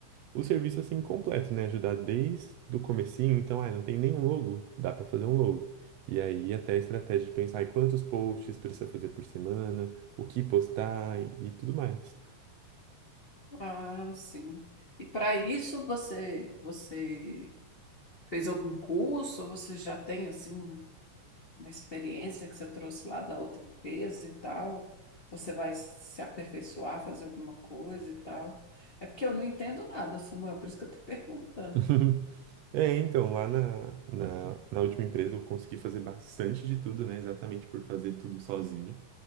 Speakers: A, on the right; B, on the left.
A: o serviço assim completo, né? Ajudar desde o comecinho, então, ah, não tem nenhum logo, dá para fazer um logo. E aí até a estratégia de pensar em quantos posts precisa fazer por semana, o que postar e, e tudo mais.
B: Ah, sim. E para isso você você fez algum curso? Ou Você já tem assim uma experiência que você trouxe lá da outra empresa e tal? Você vai se aperfeiçoar, fazer alguma coisa e tal? É porque eu não entendo nada, Samuel, por isso que eu estou <laughs> perguntando.
A: <laughs> É, então, lá na, na, na última empresa eu consegui fazer bastante de tudo, né? Exatamente por fazer tudo sozinho.